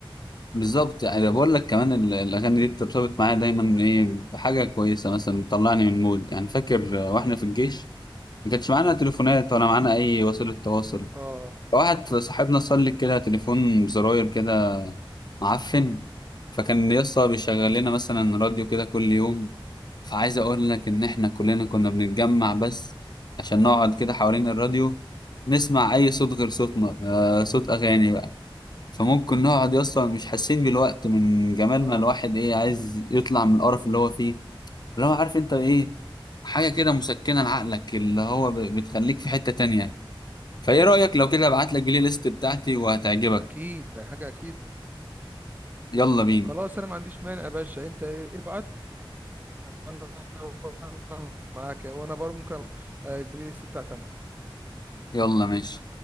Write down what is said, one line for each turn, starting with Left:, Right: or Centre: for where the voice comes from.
Left: بالظبط انا بقول لك كمان ال- الاغاني دي بترتبط معايا دايما ايه بحاجه كويسه مثلا بتطلعني من مود يعني فاكر آه، واحنا في الجيش ما كانش معانا تليفونات ولا معانا اي وسيله تواصل
Right: اه
Left: فواحد صاحبنا صلك كده تليفون بزراير كده معفن فكان يسطا بيشغل لنا مثلا راديو كده كل يوم فعايز اقول لك ان احنا كلنا كنا بنتجمع بس عشان نقعد كده حوالين الراديو نسمع اي صوت غير صوتنا آه صوت اغاني بقى فممكن نقعد اصلا مش حاسين بالوقت من جمال
Right: اه
Left: ما الواحد ايه عايز يطلع من القرف اللي هو فيه اللي هو عارف انت ايه حاجة كده مسكنة لعقلك اللي هو ب- بتخليك في حتة تانية فايه رأيك لو كده ابعت لك البلاي ليست بتاعتي وهتعجبك
Right: اكيد ده حاجه اكيد
Left: يلا بينا
Right: خلاص انا ما عنديش مانع يا باشا انت ابعت وانا وأنا معاك وانا بر ممكن أبقى- آه، البلاي ليست بتاعتي انا
Left: يلا ماشي